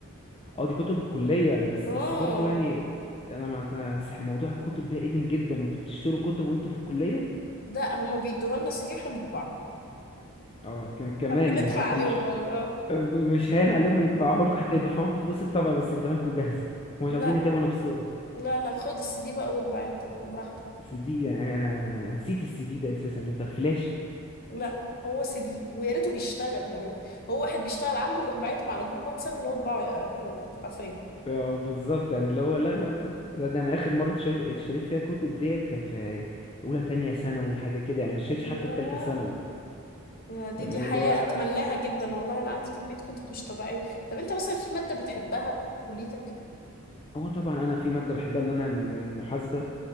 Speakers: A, on the left; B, on the left.
A: اه دي كتب الكلية يعني بس
B: اه
A: بس برضو يعني أنا ما ما- صح- موضوع الكتب ده قديم جدا وأنتوا بتشتروا كتب وأنتوا في الكلية
B: ده هما بيدوها لنا سي دي واحنا بنطبعها
A: اه ك- كمان
B: بندفع
A: يعني حتى
B: عليهم
A: مش
B: برضه اه
A: مش هان عليهم يطبعوها لكم حتى يدفعوا لكم فلوس الطبع بس يدوها لكم جاهزة هم مش
B: لا
A: عايزين يتعبوا نفسهم
B: لا لا خد السي دي بقى واتبع انت بقى براحتك
A: سي دي يعني أنا أنا أنا نسيت السي دي ده أساسا يعني طب فلاش
B: لا هو سي دي ويا ريته بيشتغل يعني هو واحد بيشتغل عنده يروح باعتهم على جروب واتساب اللي هو اتباعوا يا يا ولاد حرفيا
A: اه بالظبط يعني اللي هو لا لا لا لا ده أنا آخر مرة اشتريت اشتريت فيها كتب ديت كانت في أولى تانية ثانوي حاجة كده يعني ما اشتريتش حتى
B: ياه
A: في تالتة ثانوي
B: يا دي
A: فاهماني
B: دي حياة
A: اللي هو
B: اتمناها جدا والله انا عندي كمية كتب مش طبيعية طب انت مثلا في مادة بتحبها في كليتك
A: هو طبعا انا في ماده بحبها ان انا م- محاسبه